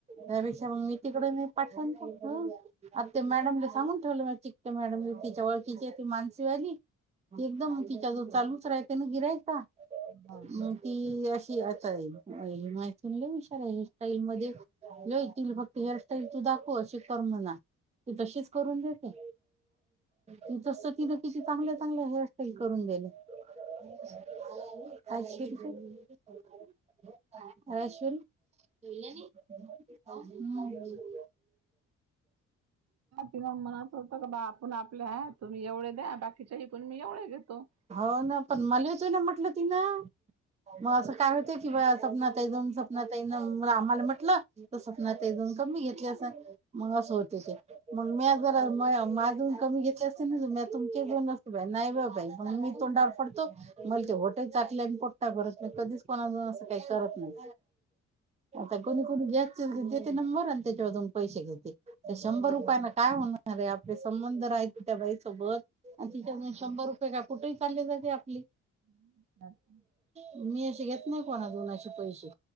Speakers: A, on the right (about 20°); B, on the right (about 55°).
A: त्यापेक्षा मग मी तिकडं नाही पाठवंत. ह आता ते मॅडमले सांगून ठेवलं म्या चिकट्या मॅडम तिच्या ओळखीची हाय ती मानसीवाली. ती एकदम तिच्या जवळ चालूच राहाय, तेनं गिऱ्हाईका
B: <unintelligible>
A: मग ती अशी अस आहे, ही माहितीनं लय हुशार आहे, हेअर सटाईल मध्ये. लई तिले फक्त हेअर स्टाईल तू दाखव अशी कर म्हणा. ती तशीच करून देते. ती तस तीनं किती चांगल्या चांगल्या हेअरस्टाईल देले. <unintelligible> <unintelligible>
B: तिला म्हणत होत का बा आपण आपल्या हाय. तुम्ही एवढे द्या बाकीच्या इकुन मी एवढे घेतो.
A: हाव ना पण मला तो ना म्हटलं ति ना मग असं काय होते किंवा सपना ताई दोन सपना ताई ना आम्हाला म्हटलं तर सपना ताई दोन कमी घेतली असं मग असं होते ते. मग म्या जरा म माजून कमी घेतले असते ना मे तुमचे दोन असते बाई नाही बा बाई म्हणून मी तोंडावर पडतो मला ते होट यी चटल्यान आणि पोट ही नाही बरत मी कधीच कोणा जून असं काही करत नाही. आणि कोणी कोणी गॅसचे देते नंबर त्याच्यावं जाऊन पैसे घेते ते शंभर रुपयान काय होणार ये आपले संबंध रायते त्या बाईसोबत आणि तिच्या कण शंभर रुपय कुठेही चालली ती आपली.
B: <unintelligible>
A: मी अशी घेत नाही कोणा कोणाचे पैसे.